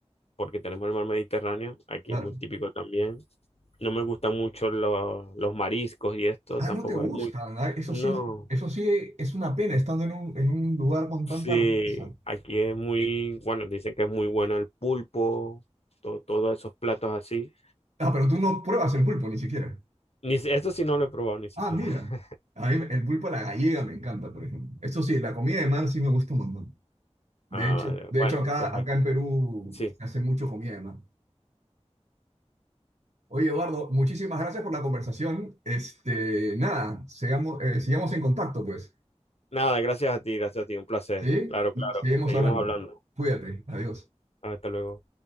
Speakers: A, on the left (about 60°); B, on the right (about 80°).
A: porque tenemos el mar Mediterráneo, aquí
B: claro.
A: es muy típico también. No me gustan mucho los los mariscos y esto,
B: Ah,
A: tampoco
B: no te gusta.
A: es muy...
B: Ah, Eso
A: No,
B: sí, es- eso sí es una pena estando en un, en un lugar con tanta
A: sí,
B: raza.
A: aquí es muy, bueno, dicen que es muy bueno el pulpo, to- todos esos platos así.
B: Ah, pero tú no pruebas el pulpo ni siquiera.
A: Ni, si- eso sí no lo he probado ni siquiera.
B: Ah, mira.
A: <laughs>
B: A mí el pulpo a la gallega me encanta, por ejemplo. Eso sí, la comida de mar sí me gusta un montón. De
A: Ah,
B: hecho,
A: vale.
B: de
A: Bueno,
B: hecho acá,
A: pues aquí.
B: acá en Perú
A: Sí.
B: se hace mucho comida, además. Oye, Eduardo, muchísimas gracias por la conversación. Este, nada, sigamos, eh, sigamos en contacto, pues.
A: Nada, gracias a ti, gracias a ti, un placer.
B: ¿Sí?
A: Claro,
B: Y
A: claro.
B: seguimos
A: Seguimos
B: hablando.
A: hablando.
B: Cuídate. Adiós.
A: Hasta luego.